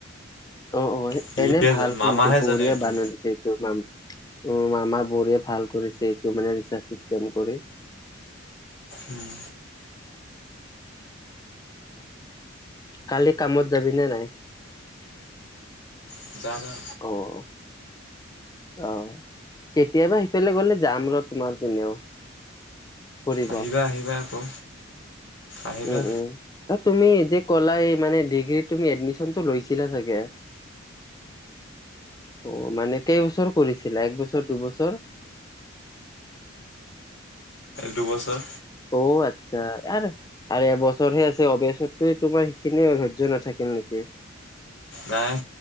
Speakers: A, on the left; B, on the left.
A: অ'! অ'!
B: সিহে
A: এনে ভাল
B: জানে, মামাহে
A: কিন্তু, বঢ়িয়া
B: জানে এইটো
A: বানাই দিছে এইটো মাম উম, মামা বৰেই ভাল কৰিছে, এইটো মানে ৰিচাৰ্জ ছিষ্টেম কৰি।
B: উম
A: কালি কামত যাবিনে নাই?
B: যাম।
A: অ'! অ'! কেতিয়াবা সিফালে গ'লে যাম ৰ' তোমাৰ পিনেও। ফুৰিব
B: আহিবা, আহিবা আকৌ আহিবা।
A: উম উম তুমি যে ক'লা এই মানে, ডিগ্ৰীত তুমি এডমিচনটো লৈছিলা চাগে! অ'! মানে কেইবছৰ কৰিছিলা এক বছৰ দুবছৰ?
B: দুবছৰ।
A: অ'! আচ্ছা! আৰু আৰু এবছৰহে আছে। এবছৰটোৱে তোমাৰ সেইখিনি ধৈৰ্য্য নাথাকিল নেকি।
B: নাই,